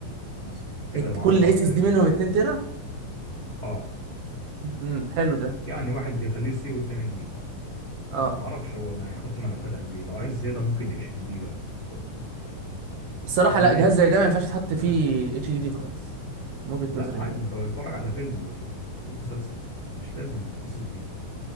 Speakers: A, on the left; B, on the right.
A: مثلا كده
B: الت-
A: مع
B: كل
A: 4
B: اس
A: تيرا
B: اس دي
A: اس
B: منهم
A: اس دي
B: 2 تيرا
A: اه
B: امم حلو ده
A: يعني واحد بيخليه سي والتاني دي
B: اه
A: معرفش هو ما هيحط ملفات قد ايه لو عايز زياده ممكن اتش دي دي بقى يعني يحط
B: الصراحه
A: وكيسه
B: لا جهاز زي ده ما ينفعش تحط فيه
A: تمام
B: اتش دي دي خالص من وجهه
A: لا
B: نظري
A: عادي
B: يعني
A: لو يتفرج على فيلم او يشوف مسلسل مش لازم اس اس دي